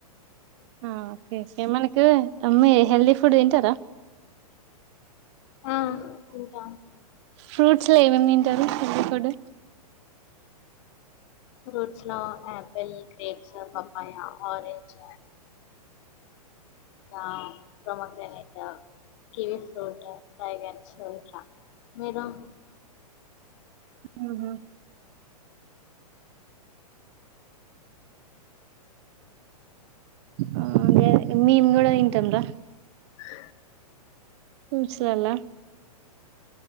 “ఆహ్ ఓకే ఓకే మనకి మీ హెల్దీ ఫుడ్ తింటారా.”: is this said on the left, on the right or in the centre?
Right